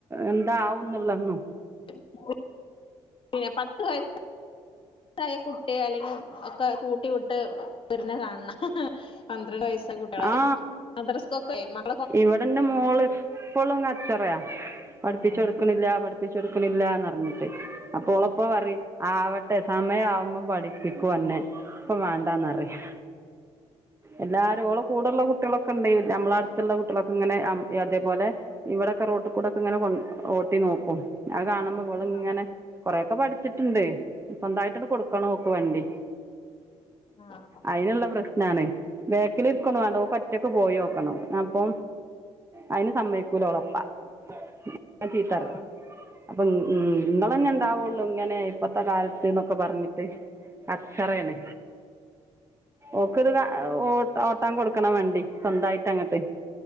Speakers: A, on the right; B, on the left.
A: എന്താ ആന്നള്ളന്നു
B: <unintelligible> ഓ പിന്നെ പത്ത് വയസാ വയസായ കുട്ടി അല്ലെങ്കിൽ ഒക്കെ കുട്ടി വിട്ട് കുരനെ കാണണം പന്ത്രണ്ട് വയസ കുട്ടികളര്
A: ആ
B: മദ്രസ്ൊക്കെ ആ
A: ഇവിടെന്റെ മോള് എപ്പോഴും കച്ചറയ പഠിപ്പിച്ച്
B: ആഹ്
A: കൊടുക്കണില്ല പഠിപ്പി- കൊടുക്കണില്ലന്ന്റിഞ്ഞിട്ട് അപ്പൊ ഉളളിപ്പോ പറയും ആവട്ടെ സമയം ആവുമ്പോ പഠിപ്പിക്കൂ അന്നെ ഇപ്പൊ വേണ്ടാന്നറിയാം എല്ലാരുംഓളെ കൂടെള്ള കുട്ടികളൊക്കെ ഉണ്ട് നമ്മള അടുത്തുള്ള കുട്ടികളൊക്കെ ഇങ്ങനെ അതേപോലെ ഇവിടെ <unintelligible> റോട്ടി കൂടൊക്കെ ഇങ്ങെ കൊ ഓട്ടി നോക്കും അത് കാണുമ്പോ ഇളും
B: ആഹ്
A: ഇങ്ങനെ കൊറയോക്കെ പഠിച്ചിട്ടുണ്ട് സ്വന്തമായിട്ട്ന്ന് കൊടുക്കണം നോക്ക വണ്ടി
B: ആഹ്
A: അതിനുള്ള പ്രശ്നാണ് ഒക്കൽ ഇരിക്കണ വേണ്ട ഒറ്റക്ക പോയി വോക്കണം അപ്പൊ അതിന് സമ്മക്കൂല ഓളപ്പാ എന്നെ ചീത്തറയു
B: ഓഹ്
A: അപ്പം ഉങ്ങ നിങ്ങന്നെ ഉണ്ടാവുള്ളൂ ഇങ്ങനെ ഇപ്പത്തെ കാലത്ത്ന്നൊക്കെ പറഞ്ഞിട്ട് കച്ചറയാണ് ഓക്കത്ത് ഓ ഓട്ടൻ കൊടുക്കണം വേണ്ടി സ്വന്തമായിട്ട് അങ്ങട്ട്